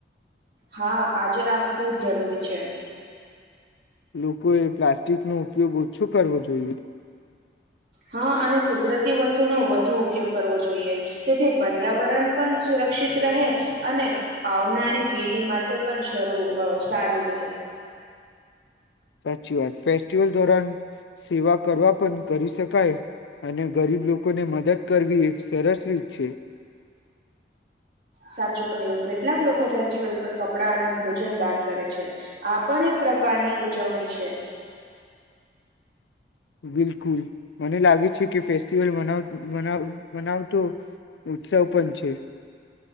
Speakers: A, on the right; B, on the left.
A: હા આજે આ ખુબ જરૂરી છે.
B: લોકોએ પ્લાસ્ટિકનો ઉપયોગ ઓછો કરવો જોઈએ.
A: હા અને કુદરતી વસ્તુનો વધુ ઉપયોગ કરવો જોઈએ તેથી પર્યાવરણ પણ સુરક્ષિત રહે અને આવનારી પેઢી માટે પણ શરૂ આ સારું રહે
B: સાચી વાત ફેસ્ટિવલ દોરન સેવા કરવા પણ કરી શકાય અને ગરીબ લોકોને મદદ કરવી એક સરસ રીત છે.
A: સાચું કહ્યું કેટલાક લોકો ફેસ્ટિવલ પર કપડાં અને ભોજન દાન કરે છે આ પણ એક પ્રકારની ઉજવણી છે.
B: બિલકુલ મને લાગે છે કે ફેસ્ટિવલ મનાવ-મનાવ-મનાવતો ઉત્સવ પણ છે.